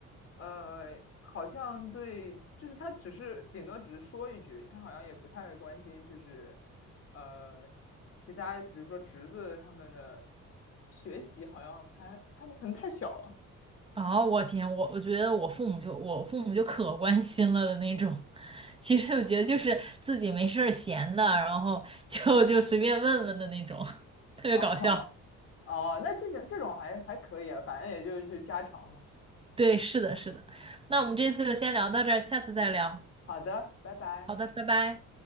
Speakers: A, on the left (about 45°); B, on the right (about 20°).
A: 呃，好像对，就是她只是顶多只是说一句，她好像也不太关心，就是，呃，其其他，比如说侄子他们的学习，好像还他们可能太小了。
B: 哦，我天，我我觉得我父母就我父母就可关心了的那种。<laughs> 其实我觉得就是自己没事儿闲的，然后 <laughs> 就就随便问问的那种，<laughs> 特别搞笑。
A: 哦，哦，那这种这种还还可以啊，反正也就是就家常嘛。
B: 对，是的，是的。那我们这次就先聊到这儿，下次再聊。
A: 好的，拜拜。
B: 好的，拜拜。